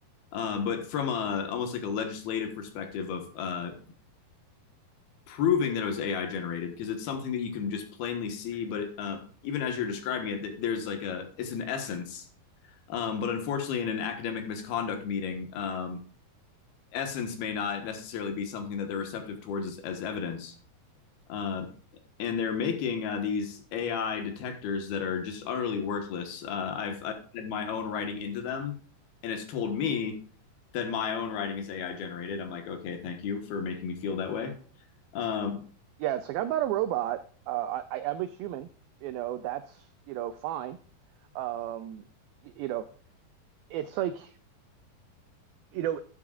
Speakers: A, on the left; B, on the right.
A: Uh, but from a almost like a legislative perspective of uh, proving that it was AI generated because it's something that you can just plainly see. But it, uh, even as you're describing it, there's like a it's an essence. Um, but unfortunately, in an academic misconduct meeting, um, essence may not necessarily be something that they're receptive towards as, as evidence. Uh, and they're making uh, these AI detectors that are just utterly worthless. Uh, I've, I've had my own writing into them, and it's told me that my own writing is AI generated. I'm like, okay, thank you for making me feel that way. Um,
B: Yeah, it's like I'm not a robot. Uh, I, I am a human. You know, that's, you know, fine. Um, you know, it's like you know,